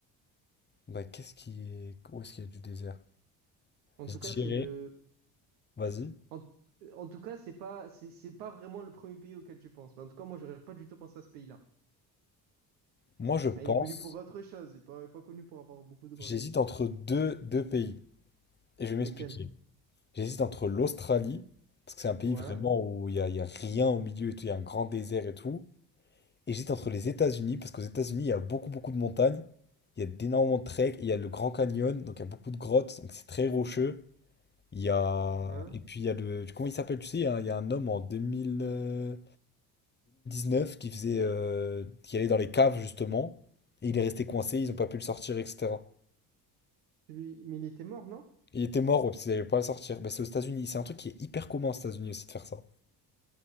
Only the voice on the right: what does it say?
En
tout
cas, c'est le.
En, en tout cas, c'est pas, c'est c'est pas vraiment le premier pays auquel tu penses. Mais en tout cas, moi, j'aurais pas du tout pensé à ce pays-là.
Ah, il est connu pour autre chose. Il n'est pas, pas connu pour avoir beaucoup de grottes.
Lesquelles?
Ouais,
ouais.
Celui- Mais il était mort, non?